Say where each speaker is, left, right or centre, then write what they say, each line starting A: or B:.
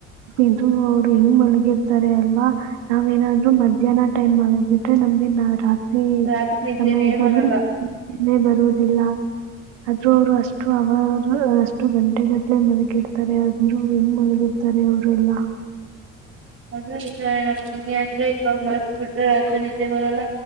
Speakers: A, on the right; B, on the right.
A: ಇದು ಅವರು ಹೆಂಗ್ ಮಲ್ಗಿರ್ತಾರೆ ಅಲ್ವಾ ನಾವೇನಾದ್ರು ಮಧ್ಯಾಹ್ನ ಟೈಮ್ ಮಲಗ್ ಬಿಟ್ರೆ ನಮ್ಗೆ ರಾತ್ರಿ.
B: ರಾತ್ರಿ ನಿದ್ದೆನೇ
A: ಸಮಯದಲ್ಲಿೆ
B: ಬರಲ್ಲ
A: ಬರುದು. ಆದ್ರೂ ಅವ್ರು ಅಷ್ಟು ಅವರ್ ಅಷ್ಟು ಗಂಟೆಗಟ್ಲೆ ಮಲಗಿರ್ತಾರೆ ಆದ್ರು ಹೆಂಗ್ ಮಲಗಿರ್ತಾರೆ ಅವರೆಲ್ಲ.
B: ಅದು ನಿಜ ಹೇಳಕ್ ಹೆಂಗೆ ಅಂದ್ರೆ ಇವಾಗ ಮಲ್ ಬಿಟ್ರೆ ರಾತ್ರಿ ನಿದ್ದೆ ಬರಲ್ಲ